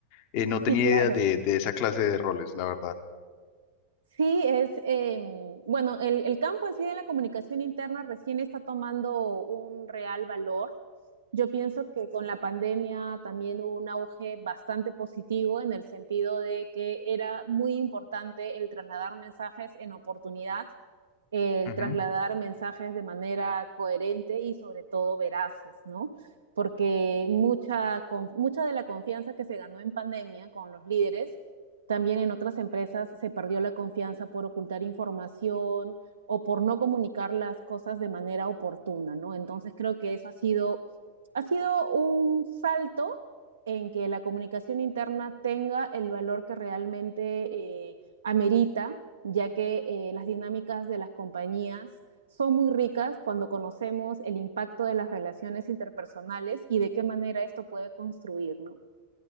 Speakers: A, on the left; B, on the right.
A: Eh, no tenía
B: Sí, claro.
A: idea de, de esa clase de roles, la verdad.
B: Sí, es, eh, bueno, el, el campo en sí de la comunicación interna recién está tomando un real valor. Yo pienso que con la pandemia también hubo un auge bastante positivo en el sentido de que era muy importante el trasladar mensajes en oportunidad el
A: Ujú,
B: trasladar
A: ujú.
B: mensajes de manera coherente y sobre todo veraces, ¿no? Porque mucha, con- mucha de la confianza que se ganó en pandemia con los líderes, también en otras empresas se perdió la confianza por ocultar información o por no comunicar las cosas de manera oportuna, ¿no? Entonces creo que eso ha sido, ha sido un salto en que la comunicación interna tenga el valor que realmente eh, amerita ya que eh, las dinámicas de las compañías son muy ricas cuando conocemos el impacto de las relaciones interpersonales y de qué manera esto puede construir, ¿no?